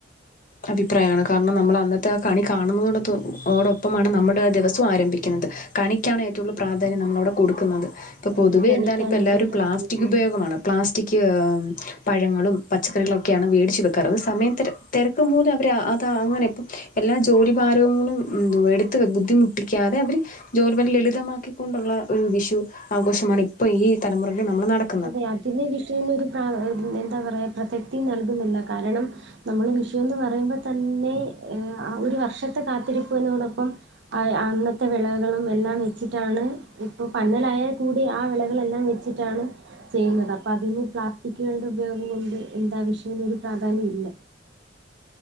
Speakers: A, on the left; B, on the right.
A: അഭിപ്രായാണ് കാരണം നമ്മള് അന്നത്തെ ആ കണി കാണുന്നദൊടപ്പം ആണ് നമ്മുടെ ദിവസം ആരംഭിക്കുന്നത് കണിക്കാണ് ഏറ്റവും കൂടുതൽ പ്രാധാന്യം
B: അതെ
A: നമ്മള് അവിടെ കൊടുക്കുന്നത് ഇപ്പൊ
B: അതെ
A: പൊതുവെ
B: കളിക്കാണ്
A: എന്താണ് ഇപ്പല്ലാരും
B: ഏറ്റവും പ്രാധാന്യം
A: പ്ലാസ്റ്റിക്
B: നൽകുന്നത്.
A: ഉപയോഗമാണ് പ്ലാസ്റ്റിക് പഴങ്ങളും പച്ചക്കറികളൊക്കെയാണ് വേടി ച് വെക്കാറ് സമയതെര തെരക്കും മൂലം അവര് അത അങ്ങനെ ഇപ്പം എല്ലാ ജോലി ഭാരങ്ങളും എടുത്ത് ബുദ്ധിമുട്ടിക്കാതെ അവര് ജോലി ലളിതമാക്കിക്കൊണ്ടുള്ള ഒരു വിഷു ആഘോഷമാണ് ഇപ്പൊ ഈ തലമുറകളിൽ നമ്മൾ നടക്ക
B: അതെ അതിന്റെ <unintelligible> എന്താ പറയാ പ്രസക്തി നൽകുന്നില്ല കാരണം നമ്മള് വിഷുന്ന് പറയുമ്പോ തന്നെ ഒരു വർഷത്തെ കാത്തിരിപ്പിനോടൊപ്പം അന്നത്തെ വിളകളും എല്ലാം വെച്ചിട്ടാണ് ഇപ്പൊ പന്നലായാൽ കൂടി ആ വിളകളെല്ലാം വെ ച്ചിട്ടാണ് ചെയ്യുന്നത് അപ്പൊ അതിന് പ്ലാസ്റ്റിക്കുകളുടെ ഉപയോഗം കൊണ്ട് എന്താവശ്യന്നരു പ്രാധാന്യം ഇല്ല